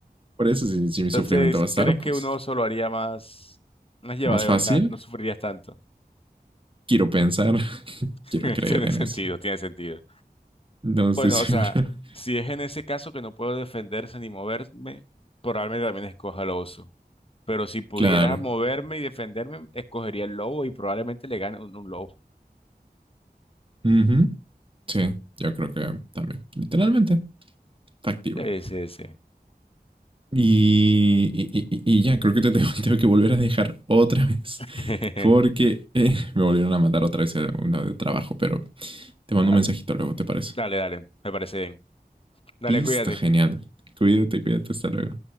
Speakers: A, on the right; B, on the left.
A: Por eso, si, si mi
B: Entonces,
A: sufrimiento va a estar,
B: ¿crees
A: pues
B: que un oso lo haría más, más llevadero?
A: más fácil.
B: O sea, no sufrirías tanto.
A: Quiero pensar, <laughs>
B: <laughs>
A: quiero creer
B: Tiene sentido,
A: en eso.
B: tiene sentido.
A: No
B: Bueno,
A: estoy seguro.
B: o sea,
A: <laughs>
B: si es en ese caso que no puedo defenderse ni moverme, probablemente también escoja al oso. Pero si pudiera
A: Claro.
B: moverme y defenderme, escogería el lobo y probablemente le gane un, un lobo.
A: Ujú. Sí, yo creo que también. Literalmente, factible.
B: Sí, sí, sí.
A: Y, y- y- y ya, creo que te <laughs> tengo, tengo que volver a dejar otra vez.
B: <laughs>
A: Porque eh, me volvieron a mandar otra vez a una de trabajo, pero te mando
B: Ah,
A: un mensajito luego, ¿te parece?
B: Dale, dale, me parece bien. Dale,
A: Listo,
B: cuídate.
A: genial. Cuídate, cuídate, hasta luego.